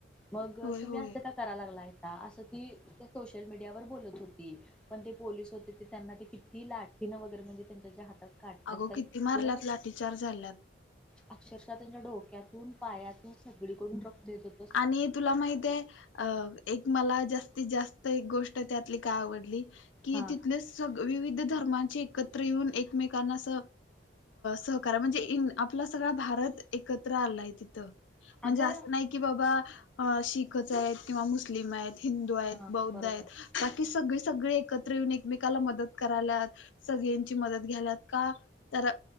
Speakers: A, in the centre; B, on the left.
A: मग
B: होय
A: तुम्ही
B: होय.
A: अस का. करा लागलायता असं ती सोशल मीडियावर बोलत होती. पण ते पोलिस होते ते त्यांना ते किती लाठीनं वगैरे म्हणजे त्यांच्याच्या हातात. काढलेत
B: अगो
A: काय
B: किती मारल्यात
A: ग.
B: लाठीचार झाल्यात.
A: अक्षरशः त्यांच्या डोक्यातून पायातून सगळीकडून रक्तेत होत.
B: आणि तुला माहित आहे. अ एक मला जास्तीत जास्त एक गोष्ट त्यातली काय आवडली की
A: हा
B: तिथल स ''--'' स विविध धर्मांचे एकत्र येऊन एकमेकांना अस सहकार म्हणजे ईन. आपला सगळा भारत एकत्र आलाय तिथं म्हणजे
A: अगं
B: असं नाही की बाबा शिक. च आहेत किंवा मुस्लिम आहेत हिंदू आहेत
A: हा
B: बौद्ध
A: बरोबर
B: आहेत. बाकी सगळे सगळे एकत्र येऊन एकमेकाला मदत करायलात. सगळ्यांची मदत घ्यालात का तर